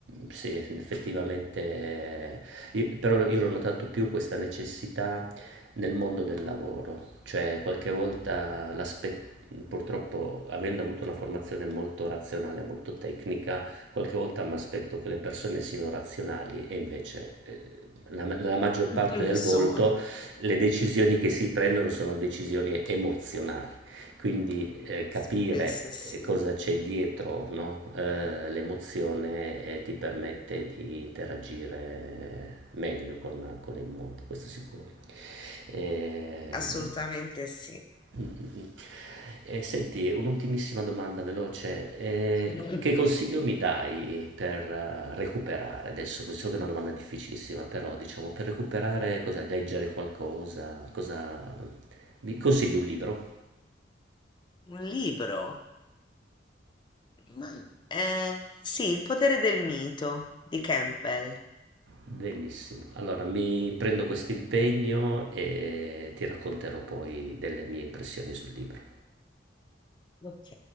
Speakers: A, on the right; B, on the left.
A: sì, effettivamente io- però lo- io l'ho notato più questa necessità nel mondo del lavoro, cioè qualche volta l'aspetto, purtroppo avendo avuto una formazione molto razionale, molto tecnica, qualche volta mi aspetto che le persone siano razionali e invece eh, la- nella maggior parte
B: <laughs> Adesso
A: del volto le decisioni che si prendono sono decisioni emozionali. Quindi, ehm, capire,
B: Spesso sì,
A: ehm, cosa c'è dietro, no, ehm, l'emozione, ehm, ti permette di interagire meglio con con il mondo, questo sicuro. Ehm,
B: assolutamente sì.
A: mh, mh, mh. E senti, un'ultimissima domanda veloce, ehm,
B: Un
A: c che consiglio mi dai per eh, recuperare? Adesso, so che è una domanda difficilissima, però diciamo per recuperare cosa leggere qualcosa, cosa mi consigli un libro?
B: un libro? Ma- eh, sì, Il potere del mito di Campbell.
A: Benissimo. Allora mi prendo questo impegno e ti racconterò poi delle mie impressioni sul libro.
B: Ok.